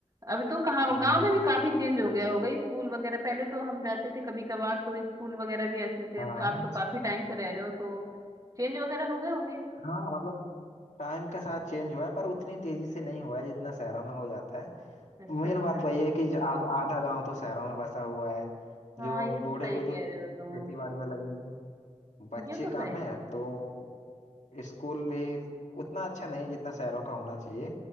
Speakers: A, on the right (about 30°); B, on the left (about 80°).
A: अभी तो कहाँ
B: हम्म,
A: गांव में भी काफी चेंज हो गया होगा स्कूल वगैरह पहले तो हम जाते थे कभी कभार तो स्कूल वगैरह भी ऐसे थे
B: हाँ
A: अब तो आप तो काफी टाइम से रह रहे हो तो चेंज वगैरह हो गए होंगे
B: हाँ मतलब टाइम के साथ चेंज हुआ है पर उतनी तेजी से नहीं हुआ है जितना शहरों में हो जाता है
A: अच्छा
B: मेन
A: अच्छा
B: बात वही है कि जो आ, आधा गांव तो शहरों में बसा हुआ है
A: हाँ
B: जो
A: ये तो
B: बूढ़े
A: सही
B: बुजुर्ग
A: कह रहे
B: हैं,
A: हो
B: वो
A: तुम
B: खेती बाड़ी में लगे हुए हैं बच्चे
A: ये तो सही
B: कम है तो स्कूल भी उतना अच्छा नहीं है जितना शहरों का होना चाहिए